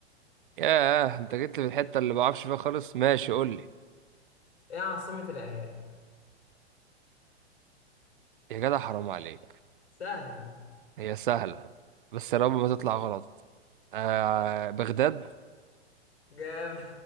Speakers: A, on the right; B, on the left.
A: ياه انت جيت لي في الحتة اللي بعرفش فيها خالص ماشي قول لي
B: ايه عاصمة العراق
A: يا جدع حرام عليك
B: سهل
A: هي سهلة بس يا رب ما تطلع غلط آه بغداد
B: جامد